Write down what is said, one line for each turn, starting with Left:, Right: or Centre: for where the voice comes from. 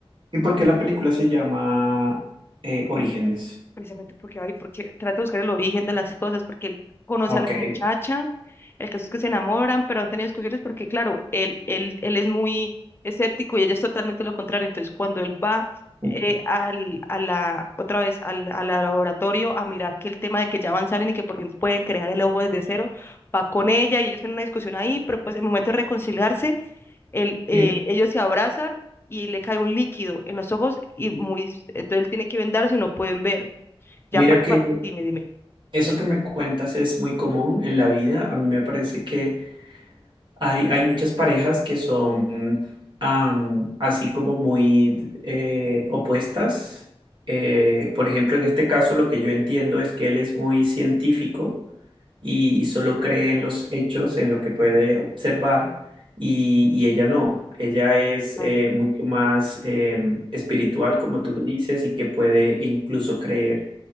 Right: y por qué la película se llama eh, Orígenes?
Left: precisamente porque va y porque trata de buscar el origen de las cosas, porque él conoce
Right: Ok,
Left: a la muchacha, el caso es que se enamoran, pero han tenido discusiones porque, claro, él, él, él es muy escéptico y ella es totalmente lo contrario. Entonces, cuando él va
Right: <laughs>
Left: eh, al, a la, otra vez al, al laboratorio a mirar que el tema de que ya avanzaron y que por fin pueden crear el ojo desde cero, va con ella y ellos tienen una discusión ahí, pero pues en el momento de reconciliarse, él, eh,
Right: mira,
Left: ellos se abrazan. y le cae un líquido en los ojos y muy, entonces él tiene que vendarse y no pueden ver.
Right: mira
Left: Ya para,
Right: que
Left: para- dime, dime.
Right: eso que me cuentas es muy común en la vida. A mí me parece que Hay, hay muchas parejas que son am, así como muy eh, opuestas. Eh, por ejemplo, en este caso lo que yo entiendo es que él es muy científico y, y solo cree en los hechos, en lo que puede observar, y, y ella no. Ella es
Left: Ah.
Right: eh, mucho más em, espiritual, como tú lo dices, y que puede incluso creer